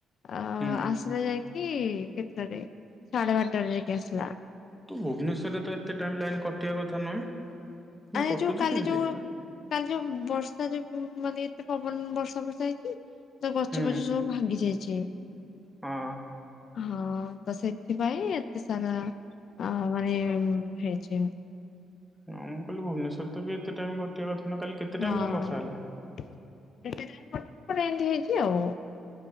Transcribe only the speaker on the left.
ଆ
ଆସିଲା ଯାଇକି କେତେଟାରେ ସାଢେ ବାରଟାରେ ଯାଇକି ଆସିଲା।
ଆ
ଯୋଉ କାଲି
ଯୋଉ କାଲି ଯୋଉ ବର୍ଷା ଯୋଉ ମାନେ ଏତେ ପବନ ବର୍ଷା ବର୍ଷା ହେଇଛି ତା ଗଛ
ଫଛ ସବୁ ଭାଙ୍ଗି ଯାଇଛି
ହଁ ତ ସେ ସେଥିପାଇଁ ଏତେ ସାରା ଅ ମାନେ
ହେଇଛି।
ହଁଟେ
<unintelligible> ଏମତି ହେଇଛି ଆଉ।